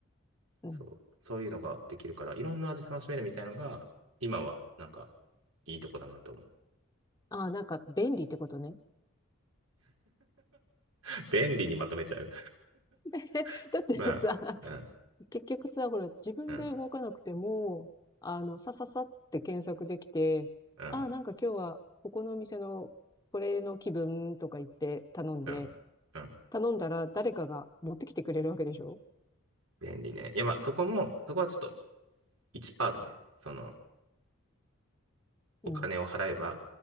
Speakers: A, on the left; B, on the right.
A: うん。
B: そう、そういうのができるから、いろんな味楽しめるみたいのが、今は、なんか、いいとこだなと思う。
A: ああ、なんか便利ってことね。
B: <laughs> 便利にまとめちゃう。
A: <laughs>
B: <laughs>
A: だってさ、
B: まあ、うん、
A: 結局さ、ほら、自分で動かなくても、
B: うん、
A: あの、さささって検索できて、
B: うん、
A: ああ、なんか今日は、ここのお店の、これの気分とか言って頼んで、
B: うん、うん。
A: 頼んだら誰かが持ってきてくれるわけでしょ
B: 便利ね。いや、まあ、そこも、そこはちょっと1パートね、その、お金を払えば
A: うん、